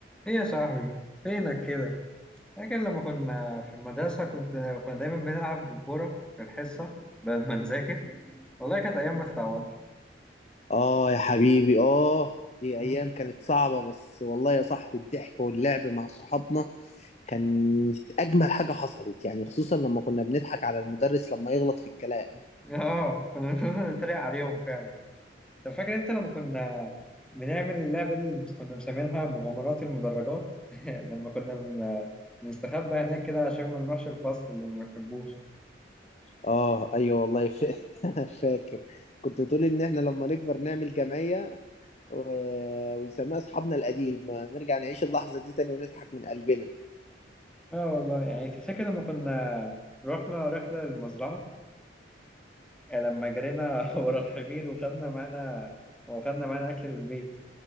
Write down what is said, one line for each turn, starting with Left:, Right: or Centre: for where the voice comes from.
Centre: ايه يا صاحبي فينك كده فاكر لما كنا في المدرسة كنت كنا دايما بنلعب بالكورة في الحصة بدل ما نذاكر والله كانت أيام ما تتعوضش
Left: آه يا حبيبي آه دي
Centre: <laughs>
Left: أيام كانت صعبة بس والله يا صاحبي الضحك واللعب مع صحابنا كانت أجمل حاجة حصلت يعني خصوصا لما كنا بنضحك على المدرس لما يغلط في الكلام
Centre: اه كنا بنفضل نتريق عليهم فعلا طب فاكر انت لما كنا بنعمل اللعبة اللي كنا مسمينها مغامرات المدرجات <laughs> لما كنا بن- بنستخبى هناك كده عشان ما نروحش الفصل اللي ما بنحبوش
Left: آه أيوه والله ف... <laughs> فاكر كنت بتقول إن إحنا لما نكبر نعمل جمعية و... ونسميها أصحابنا القديمة نرجع نعيش اللحظة دي تاني ونضحك من قلبنا
Centre: اه والله يعني تفتكر لما كنا رحنا رحلة للمزرعة يعني لما جرينا <laughs> ورا الحمير وخدنا معانا وخدنا معانا أكل من البيت